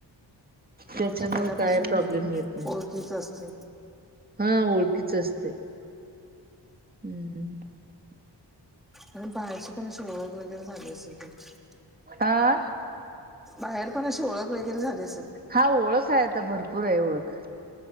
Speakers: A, on the right (about 20°); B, in the centre.
A: त्याच्यामुळे
B: म्हणजे पहिल्यापासून
A: काय प्रॉब्लेम
B: तसच
A: येत नाही
B: असतय
A: हा ओळखीच असते हम्म <unintelligible>
B: आणि बाहेरची पण अशी ओळख वगैरे झाली असेल त्यांची
A: आह <unintelligible>
B: बाहेर पण अशी ओळख वगैरे झाली असेल
A: हा ओळख आहे आता भरपूर आहे ओळख